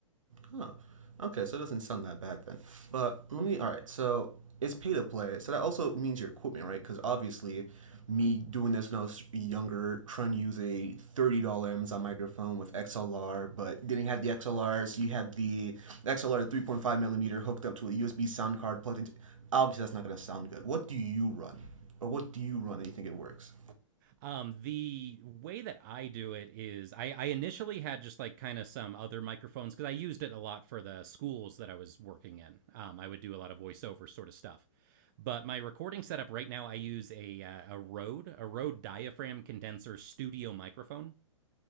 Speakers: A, on the right; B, on the right.
A: Huh. Okay, so it doesn't sound that bad then. But let me. All right, so it's pay to play. So that also means your equipment, right? Because obviously, me doing this when I was younger, trying to use a thirty dollar Amazon microphone with XLR, but didn't have the XLR, so you had the XLR three point five millimeter hooked up to a USB sound card plugged into. Obviously, that's not going to sound good. What do you run, or what do you run, and you think it works?
B: Um, the way that I do it is I, I initially had just like kind of some other microphones because I used it a lot for the schools that I was working in. Um, I would do a lot of voiceover sort of stuff. But my recording setup right now, I use a uh, a Rode a Rode diaphragm condenser studio microphone.